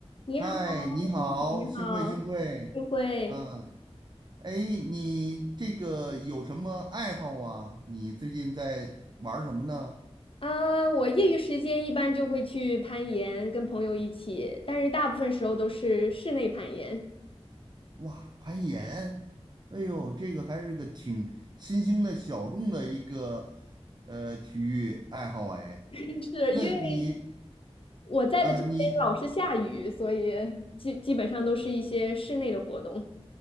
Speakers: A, on the left; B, on the right.
A: 你好，
B: 嗨，你好，
A: 你好，
B: 幸会幸会。
A: 就会
B: 嗯，哎，你这个有什么爱好啊？你最近在玩儿什么呢？
A: 啊，我业余时间一般就会去攀岩，跟朋友一起，但是大部分时候都是室内攀岩，
B: 哇，攀岩，哎呦，这个还是个挺新兴的小众的一个呃体育爱好哎。
A: <laughs> 是因为
B: 那你
A: 我在的这边老是下雨，
B: 呃你
A: 所以基基本上都是一些室内的活动。